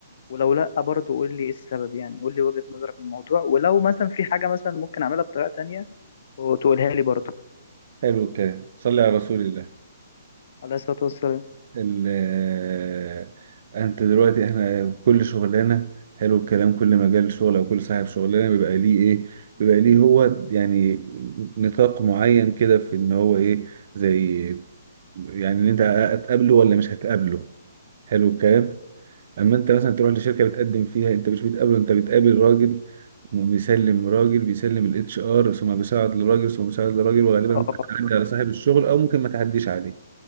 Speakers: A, on the left (about 55°); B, on the right (about 55°).
A: ولو لا برضه قول لي ايه السبب يعني قول لي وجهة نظرك من الموضوع ولو مثلا في حاجة مثلا ممكن اعملها بطريقة تانية وتقولها لي برضه
B: حلو الكلام صلي على رسول الله
A: عليه الصلاة والسلام
B: ال- انت دلوقتي احنا كل شغلانه حلو الكلام كل مجال شغل او كل صاحب شغلانه بيبقى ليه ايه بيبقى ليه هو يعني نطاق معين كده في ان هو ايه زي يعني ان انت هتقابله ولا مش هتقابله حلو الكلام اما انت مثلا تروح لشركه بتقدم فيها انت مش بتقابله انت بتقابل راجل بيسلم راجل بيسلم الاتش ار ثم بيساعد لراجل ثم بيساعد لراجل وغالبا
A: اه
B: ممكن تعدي على صاحب الشغل او ممكن ما تعديش عليه